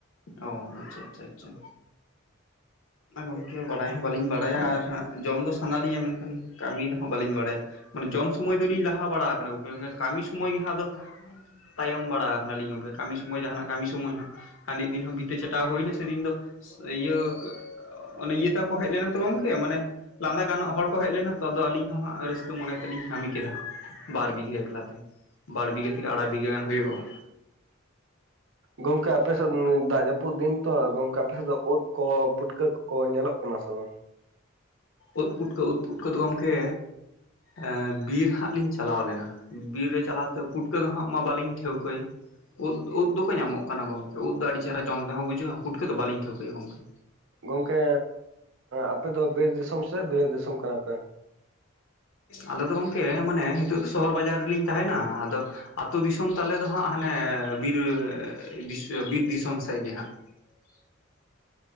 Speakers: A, on the left; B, on the right.
A: ᱚ ᱟᱪᱪᱷᱟ ᱟᱪᱪᱷᱟ ᱟᱪᱪᱷᱟ ᱦᱮᱸ ᱜᱚᱝᱠᱮ ᱵᱟᱰᱟᱭ ᱦᱚᱸ ᱵᱟᱹᱞᱤᱧ ᱵᱟᱲᱟᱭᱟ ᱟᱨ ᱦᱟᱸᱜ ᱡᱚᱢ ᱫᱚ ᱥᱟᱱᱟ ᱞᱤᱧᱟ ᱢᱮᱱᱠᱷᱟᱱ ᱠᱟᱹᱢᱤ ᱫᱚ ᱦᱟᱸᱜ ᱵᱟᱹᱞᱤᱧ ᱵᱟᱲᱟᱭᱟ ᱢᱟᱱᱮ ᱡᱚᱢ ᱥᱚᱢᱚᱭ ᱫᱚᱞᱤᱧ ᱞᱟᱦᱟ ᱵᱟᱲᱟ ᱠᱟᱱᱟ ᱜᱚᱢᱠᱮ ᱠᱟᱹᱢᱤ ᱥᱚᱢᱚᱭ ᱜᱮ ᱦᱟᱸᱜ ᱟᱫᱚ ᱛᱟᱭᱚᱢ ᱵᱟᱲᱟ ᱠᱟᱱᱟᱞᱤᱧ ᱜᱚᱢᱠᱮ ᱠᱟᱢᱤ ᱥᱚᱢᱚᱭ ᱡᱟᱦᱟᱱᱟᱜ ᱠᱟᱢᱤ ᱥᱚᱢᱚᱭ ᱦᱚᱸ ᱦᱟᱹᱱᱮᱜ ᱫᱤᱱ ᱦᱚᱸ ᱵᱷᱤᱛᱟᱹ ᱪᱟᱴᱟᱣ ᱦᱩᱭᱱᱟ ᱥᱮᱫᱤᱱ ᱫᱚ ᱤᱭᱟᱹ ᱚᱱᱮ ᱤᱭᱟᱹ ᱛᱟᱠᱚ ᱦᱮᱡ ᱞᱮᱱᱟ ᱛᱚ ᱜᱚᱝᱠᱮ ᱢᱟᱱᱮ ᱞᱟᱸᱫᱟ ᱜᱟᱱᱚᱜ ᱦᱚᱲ ᱠᱚ ᱦᱮᱡ ᱞᱮᱱᱟᱛᱚ ᱟᱫᱚ ᱟᱹᱞᱤᱧ ᱦᱚᱸ ᱦᱟᱸᱜ ᱨᱟᱹᱥᱠᱟᱹ ᱢᱚᱱᱮ ᱛᱮᱞᱤᱧ ᱠᱟᱹᱢᱤ ᱠᱮᱫᱟ ᱦᱟᱸᱜ ᱵᱟᱨ ᱵᱤᱜᱷᱟᱹ ᱮᱠᱞᱟᱛᱮ ᱵᱟᱨ ᱵᱤᱜᱷᱟᱹ ᱛᱷᱮᱠᱮ ᱟᱲᱟᱭ ᱵᱤᱜᱷᱟᱹ ᱜᱟᱱ ᱦᱳᱭᱳᱜᱼᱟ ᱦᱟᱸᱜ
B: ᱜᱚᱝᱠᱮ ᱟᱯᱮ ᱥᱮᱫ ᱫᱟᱜ ᱡᱟᱹᱯᱩᱫ ᱫᱤᱱ ᱛᱚ ᱜᱚᱝᱠᱮ ᱟᱯᱮ ᱥᱮᱫ ᱫᱚ ᱳᱫ ᱠᱚ ᱯᱩᱴᱠᱟᱹ ᱠᱚᱠᱚ ᱧᱮᱞᱚᱜ ᱠᱟᱱᱟ ᱥᱮ ᱵᱟᱝ
A: ᱩᱫ ᱯᱩᱴᱠᱟᱹ ᱩᱫ ᱯᱩᱴᱠᱟᱹ ᱫᱚ ᱜᱚᱢᱠᱮ ᱮᱸ ᱵᱤᱨ ᱦᱟᱸᱜ ᱞᱤᱧ ᱪᱟᱞᱟᱣ ᱞᱮᱱᱟ ᱵᱤᱨ ᱨᱮ ᱪᱟᱞᱟᱣᱛᱮᱜ ᱯᱩᱴᱠᱟᱹ ᱫᱚ ᱦᱟᱸᱜ ᱢᱟ ᱵᱟᱹᱞᱤᱧ ᱴᱷᱟᱹᱣᱠᱟᱹᱭ ᱩᱫ ᱩᱫ ᱫᱚᱠᱚ ᱧᱟᱢᱚᱜ ᱠᱟᱱᱟ ᱜᱚᱢᱠᱮ ᱩᱫ ᱫᱚ ᱟᱹᱰᱤ ᱪᱮᱦᱨᱟ ᱡᱚᱢ ᱛᱮᱦᱚᱸ ᱵᱩᱡᱷᱟᱹᱜᱼᱟ ᱯᱩᱴᱠᱟᱹ ᱫᱚ ᱵᱟᱹᱞᱤᱧ ᱴᱷᱟᱹᱣᱠᱟᱹᱭᱟ ᱜᱚᱢᱠᱮ
B: ᱜᱚᱝᱠᱮ ᱟᱯᱮ ᱫᱚ ᱵᱤᱨ ᱫᱤᱥᱚᱢ ᱥᱮ ᱵᱤᱞᱟᱹᱛ ᱫᱤᱥᱚᱢ ᱠᱟᱱᱟ ᱯᱮ
A: ᱟᱞᱮ ᱫᱚ ᱜᱚᱢᱠᱮ ᱢᱟᱱᱮ ᱦᱤᱸᱛᱳᱜ ᱫᱚ ᱥᱚᱦᱚᱨ ᱵᱟᱡᱟᱨ ᱨᱤᱞᱤᱧ ᱛᱟᱦᱮᱱᱟ ᱟᱫᱚ ᱟᱹᱛᱳ ᱫᱤᱥᱚᱢ ᱛᱟᱞᱮ ᱫᱚ ᱦᱟᱸᱜ ᱦᱟᱱᱮ ᱵᱤᱨ ᱫᱤᱥ ᱵᱤᱨ ᱫᱤᱥᱚᱢ ᱥᱮᱜ ᱜᱮ ᱦᱟᱸᱜ <inaudible>